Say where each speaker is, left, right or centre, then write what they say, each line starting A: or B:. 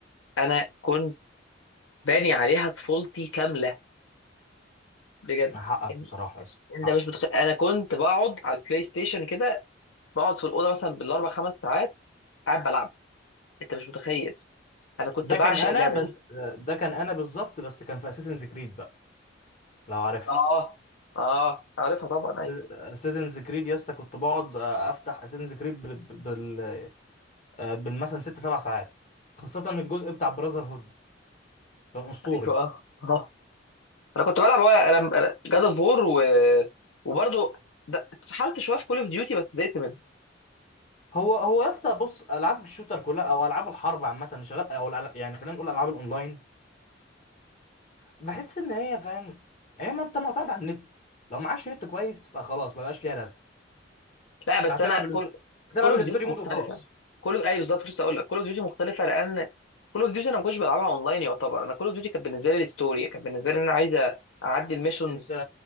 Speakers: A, on the left (about 85°); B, on the left (about 40°).
A: انا كنت باني عليها طفولتي كامله بجد
B: حقك
A: ان-
B: بصراحه يا اسطى حقك
A: انت مش متخيل انا كنت بقعد على البلاي ستيشن كده بقعد في الاوضه مثلا بالاربع خمس ساعات قاعد بلعب انت مش متخيل انا كنت
B: ده
A: بعشق
B: كان انا
A: اللعبه
B: بس
A: دي
B: ده كان انا بالظبط بس كان في اساسنز كريد بقى لو عارفها
A: اه اه عارفها طبعا ايوه
B: اساسنز كريد يا اسطى كنت بقعد آه، افتح اساسنز كريد بال بال آه، بالمثلا ست سبع ساعات خاصة الجزء بتاع براذر هود كان اسطوري
A: ايوه اه اه انا كنت بلعب ورق انا جاد اوف وور و... وبرضه ده- اتسحلت شويه في كول اوف ديوتي بس زهقت منها
B: هو هو يا اسطى بص العاب الشوتر كلها او العاب الحرب عامة اللي شغال او الألع- يعني خلينا نقول العاب الاونلاين بحس ان هي فاهم هي ما انت معتمد على النت لو معكش نت كويس فخلاص ما بقاش ليها لازمة
A: لا بس
B: هتلعب
A: انا كول
B: ال- هتلعب
A: كول اوف
B: الستوري
A: ديوتي مختلفه
B: مود وخلاص
A: كول ايوه بالظبط لسه اقول لك كول اوف ديوتي مختلفه لان كول اوف ديوتي انا ما كنتش بلعبها اونلاين يعتبر انا كول اوف ديوتي كانت بالنسبه لي الستوري كانت بالنسبه لي ان انا عايز اعدي الميشنز
B: انت